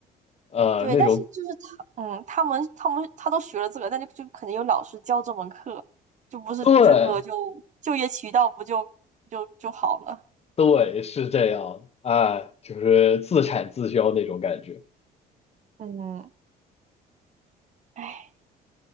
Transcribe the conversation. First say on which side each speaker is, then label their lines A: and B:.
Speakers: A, on the left; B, on the right.
A: 呃，
B: 对，
A: 那种
B: 但是就是他，嗯，他们他们他都学了这个，但就就可能有老师教这门课，就不是这个就就业渠道不就就就好了。
A: 对对是这样，哎，就是自产自销那种感觉。
B: 嗯，唉，